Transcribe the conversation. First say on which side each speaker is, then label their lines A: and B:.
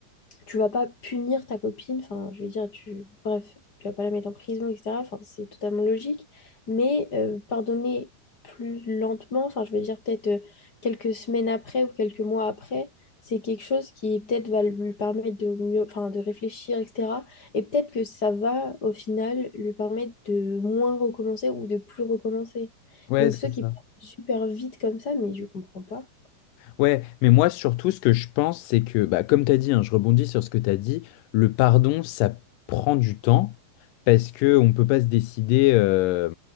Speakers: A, on the left; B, on the left.
A: tu vas pas punir ta copine, enfin, je veux dire, tu, bref, tu vas pas la mettre en prison, etc. Enfin, c'est totalement logique, mais euh, pardonner plus lentement, enfin, je veux dire, peut-être euh, quelques semaines après ou quelques mois après, c'est quelque chose qui peut-être va lui permettre de mieux, enfin, de réfléchir, etc. Et peut-être que ça va, au final, lui permettre de moins recommencer ou de plus recommencer.
B: Ouais,
A: Donc,
B: c'est
A: ceux qui
B: ça.
A: partent super vite comme ça, mais je comprends pas.
B: Ouais, mais moi surtout ce que je pense, c'est que, bah, comme tu as dit, hein, je rebondis sur ce que tu as dit, le pardon, ça prend du temps parce que on peut pas se décider euh,